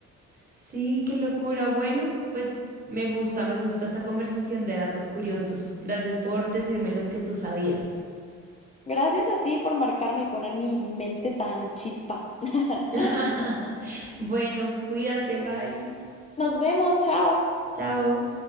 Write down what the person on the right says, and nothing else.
Sí, qué locura. Bueno, pues me gusta, me gusta esta conversación de datos curiosos. Gracias por decirme los que tú sabías.
<laughs> Bueno, cuídate, bye.
Chao.